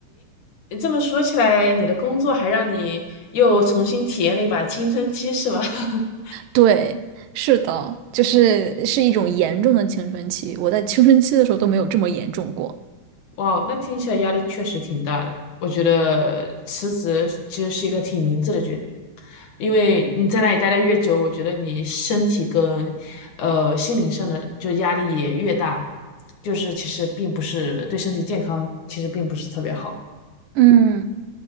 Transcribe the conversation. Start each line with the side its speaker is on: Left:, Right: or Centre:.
Left: 诶这么说起来，你的工作还让你又重新体验了一把青春期是吧？<laughs>
Right: 对，是的，就是是一种严重的青春期，我在青春期的时候都没有这么严重过。
Left: 哇，那听起来压力确实挺大的。我觉得辞职其实是一个挺明智的决定，因为你在那里待得越久，我觉得你身体跟呃心灵上的就压力也越大，就是其实并不是对身体健康其实并不是特别好。
Right: 嗯，